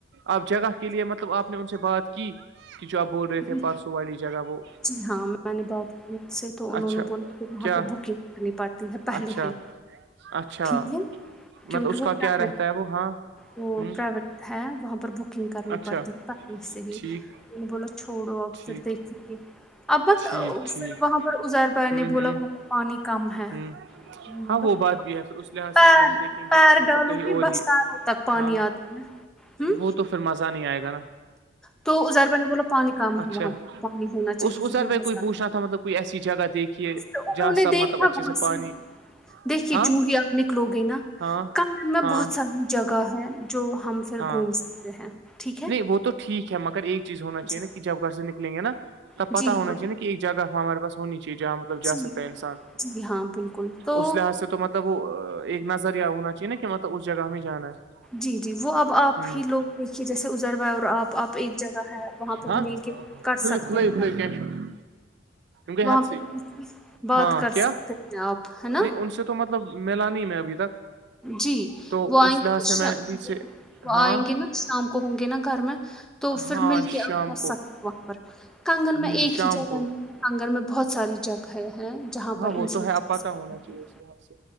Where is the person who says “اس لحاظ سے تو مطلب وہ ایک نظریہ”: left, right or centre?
Right